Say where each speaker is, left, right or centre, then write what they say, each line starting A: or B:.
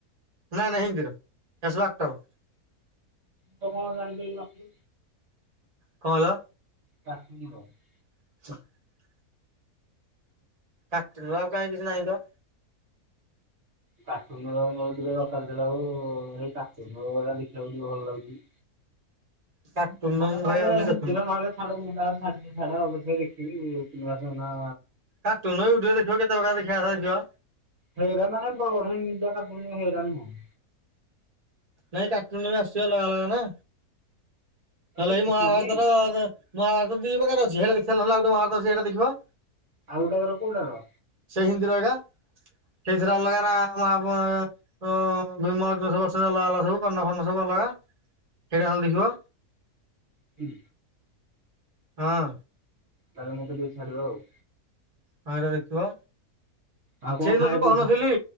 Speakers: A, on the right; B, on the right.
A: ନାଇଁ ନାଇଁ ହିନ୍ଦୀର ସେ ସବୁ ଆକ୍ଟର।
B: ତୁମର କଣ ଜାଣି
A: କଣ କହିଲ
B: ପାରିବିନା <inaudible>
A: <inaudible> କାଟୁନ ଆଉ କାଇଁ କିଛି ନାଇଁ ତ।
B: କାଟୁନର ମୋର ଟିକେ ଦରକାର ଥିଲା ଆଉ <unintelligible> ହେଇ କାଟୁନ <unintelligible> ଦେଖିବାକୁ ଟିକେ ଭଲ ଲାଗୁଚି।
A: କାର୍ଟୁନ
B: ହଁ ଛାଡ
A: ମୁଁ
B: ନହେଲେ
A: ଭାଇ ଆଉ କିଛି
B: ହିନ୍ଦୀର
A: ଦେଖୁନି।
B: ନହେଲେ ଛାଡ ଛାଡିଲେ ଛାଡ ଦେଖିଆ ଦେଖିବି <unintelligible> ନାହିଁ ନା।
A: କାଟୁନ ଭିଡ଼ିଓ ଦେଖ କେତେ ପକାର ଦେଖିଆ କଥା ଦେଖିବ।
B: ହେଇରା ମାନେ ବଢେ ନିଜା କାଟୁନ ହେଇରା ନୁହେଁ।
A: ନାଇଁ କାଟୁନ ବି ଅସୁଚି ଅଲଗା ଅଲଗା ନା। ନହେଲେ
B: ଶ୍ରୀକ୍ରିଷ୍ଣଟି
A: ଏଇ ମହାଭାରତର <unintelligible> ମହାଭାରତ ଦି ପ୍ରକାର ଅଛି ହେଇଟା ଦେଖିସାରଲେ ଗୋଟେ ମହାଭାରତ ଅଛି ସେଟା ଦେଖିବ।
B: ଆଉ ଗୋଟା କର କୋଉଟାର?
A: ସେ ହିନ୍ଦିର ଏକା ସେଇଥିରେ ଅଲଗାରା <unintelligible> ହଁ ଭିମ ଅର୍ଜୁନ ସବୁ ଅଛନ୍ତି ଅଲଗା ଅଲଗା ସବୁ କର୍ଣଫର୍ନ ସବୁ ଅଲଗା ସେଇଟା ହେଲେ ଦେଖିବ।
B: ହୁଁ
A: ହଁ।
B: ତାହଲେ ମୋତ ଟିକେ ଛାଡ଼ିବ ଆଉ।
A: ହଁ <unintelligible> ଦେଖିବ
B: ଆଉ କ'ଣ
A: ସେଇଦିନ
B: ଖାଇବା
A: ଯୋଉ
B: ପିଇବା
A: କହୁନଥିଲି